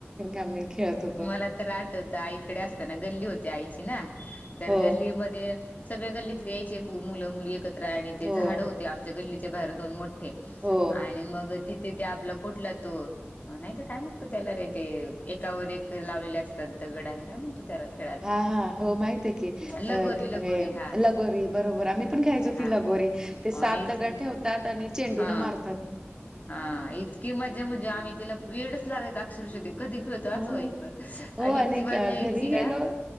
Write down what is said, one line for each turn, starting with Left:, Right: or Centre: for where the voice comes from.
Right: आम्ही खेळत होतो.
Left: मला आठवतं तर आईकडे असताना गल्ली होते आईची ना. तर
Right: हो
Left: गल्लीमध्ये -- सगळ्या गल्लीतले यायचे मुलं मुली एकत्र आणि ते
Right: हो
Left: झाडं होते आमच्या गल्लीच्या बाहेर दोन मो ठे
Right: हो
Left: आणि मग तिथे त्या आपला कुठला तो नाही का काय म्हणतो त्याला ते एकावर एक लावलेले असतात दगडा अरे काय म्हणतो तेला ते.
Right: ह, हं, हो. माहित हाय की. अ
Left: लगोरी लगोरी
Right: हे
Left: हा
Right: लगोरी बरोबर आम्ही पण खेळायचो
Left: हा
Right: कि लगोरी ते सात
Left: आणि इतकी
Right: दगड ठेव तात आणि चेंडून
Left: हा
Right: मारतात.
Left: हा इतकी मजा म्हणजे आम्ही तिला वेडच लागायच अक्षरश ते कधी खेळतो
Right: हो
Left: असं व्हायचं
Right: हो
Left: आणि इतकी मज्जा
Right: क
Left: यायची
Right: घरी गेलो,
Left: ना.